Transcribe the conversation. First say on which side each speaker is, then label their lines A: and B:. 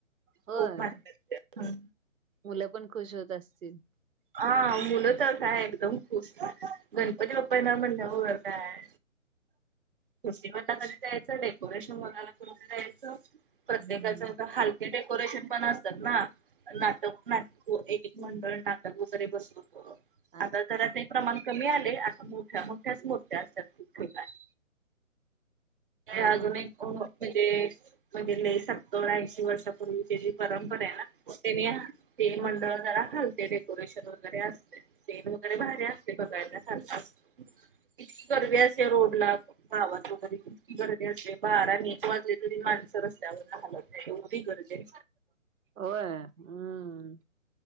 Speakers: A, on the right; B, on the right.
A: होय.
B: खूप भारी वाटते.
A: मुलं पणं खुश होतं असतील.
B: हा मुलं त काय. एकदंत खुश. गणपती बाप्पां येनार म्हणल्यावर काय. मूर्ती बघायला कधी जायचं. डेकोरेशन बघायला कधी जायचं. प्रत्येकांच
A: हम्म
B: एवढ हाल. ते डेकोरेशन पणं असतांत नां. नाटक नाटक एक एक मंडळ नाटक वगैरे बसवून
A: हा
B: आता जरा ते प्रमाण कमी आले. आता मोठ्या मोठ्यांच् मुर्त्या असतांत खूप ठिकाणी.
A: हा
B: अजून एक म्हणजे, म्हणजे लई सत्तर ऐंशी वर्षापूर्वी तेची परंपराय ना. त्यांनी हा ते मंडळ जरा खालते डे डेकोरेशन वगैरे असते. स्टेज वगैरे भारी असतें बघायला. <unintelligible> ईतकी गर्दी असतें रोडला. गावात वगैरे कीती गर्दी असतें. बारान एक वाजले तरी, माणसं रस्त्यावरन हालत नाही. ऐवढी गर्दी
A: होय, हम्मं.